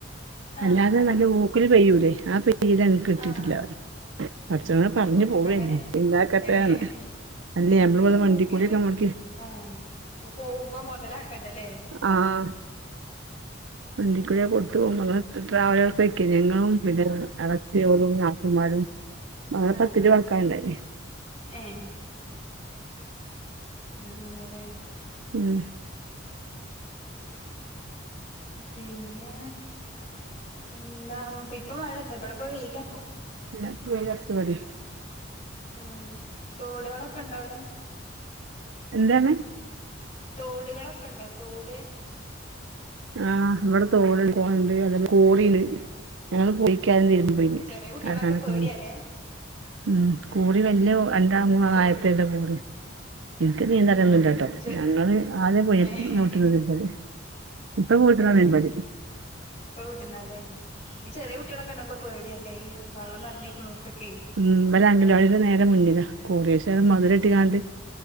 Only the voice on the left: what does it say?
ആ
ആ
ആ ആ
ആഹ്
ഊ
അങ്ങനെ
ഏഹ്
ആഹ്
ഈ
ഊക്കില്
പോയി
ആഹ് ഇപ്പ മുതലാകുന്നണ്ടല്ലേ
ഉം
ആഹ്
ആഹ്
ഏഹ് അങ്ങനെല്ലേ
പിന്നെ എന്താ ഇപ്പൊ മഴ ഇണ്ടാ ഇവിടെ ഇപ്പം വെയിലാ ഇപ്പൊ
ഉം തോടുകളൊക്കെ ഉണ്ട അവിടെ
തോടുകളൊക്കെ ഉണ്ടോ തോട്
ആഹ്
ചെറിയ കുട്ടികളൊക്കെ
പേടിയാല്ലേ
ആഹ്
ചെറിയ
കുട്ടി
ഓ ചെ
ഏഹ്
ഏഹ് ഇപ്പ വീട്ടുന്ന അല്ലേ ഈ ചെറിയ കുട്ടികളൊക്കെ ഉണ്ടാവുമ്പോ പേടിയ അല്ലേ ഈ വള്ളം നിറഞ്ഞിരിക്കണൂർത്തൊക്കെ